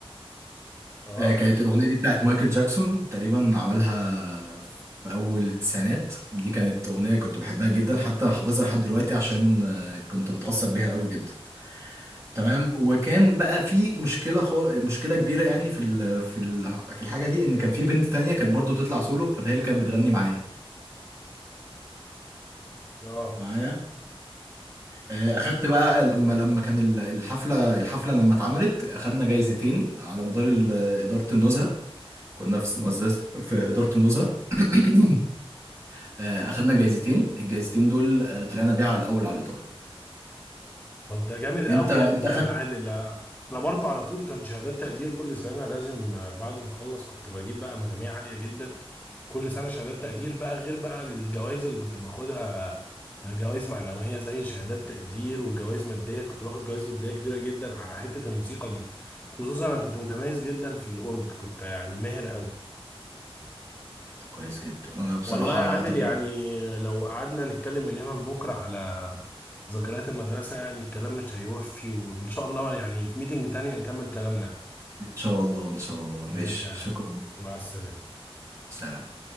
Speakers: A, on the left; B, on the right.
A: اه
B: آه كانت الاغنيه دي بتاعت مايكل جاكسون تقريبا عملها في اول التسعينات دي كانت اغنيه كنت بحبها جدا حتى حافظها لحد دلوقتي عشان آه كنت متاثر بيها قوي جدا تمام وكان بقى في مشكله خو... مشكله كبيره يعني في ال... في ال... في الحاجه دي ان كان في بنت تانية كانت برضو بتطلع سولو فهي اللي كانت بتغني معايا
A: اه
B: معايا آه، اخدت بقى لما لما كان ال- الحفله الحفله لما اتعملت اخدنا جايزتين على مدار ال- اداره النزهه كنا في مدرسه في اداره النزهه <clears throat> آه، اخدنا جايزتين الجايزتين دول آه، طلعنا بيها على الاول على الاداره
A: طب ده جامد
B: انت
A: قوي
B: انت
A: يعني يا
B: اخدت
A: عادل آه، انا برضه على طول كان شهادات تقدير كل سنه لازم آه، بعد ما اخلص كنت بجيب بقى مجاميع عاليه جدا كل سنه شهادات تقدير بقى غير بقى الجوائز اللي كنت باخدها آه، جوائز معنويه زي شهادات تقدير وجوائز ماديه كنت باخد جوائز ماديه كبيره جدا على حته الموسيقى دي خصوصا انا كنت متميز جدا في الاورج كنت يعني ماهر قوي
B: كويس جدا انا بصراحه
A: والله يا عادل
B: طب
A: يعني لو قعدنا نتكلم من هنا لبكرة على ذكريات المدرسة يعني الكلام مش هيوفي وإن شاء الله يعني في ميتنج تانية نكمل كلامنا يعني
B: ان شاء الله ان شاء الله
A: ماشي
B: ماشي
A: يا
B: شكرا
A: عادل مع السلامة
B: سلام